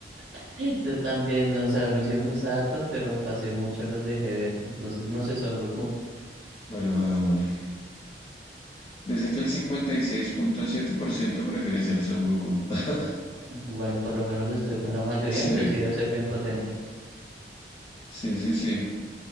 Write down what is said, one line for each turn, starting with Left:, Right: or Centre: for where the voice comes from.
Right: <laughs> Yo también, o sea, a mí sí me gusta harto, pero uf, hace mucho los dejé ver. Entonces, no sé, Son Goku.
Left: Bueno, hagámosle. Dice que el 56.7% prefiere ser Son Goku. <laughs>
Right: Bueno, por lo menos estuve con la mayoría,
Left: Sí,
Right: entonces sí debe ser bien potente.
Left: sí, sí, sí.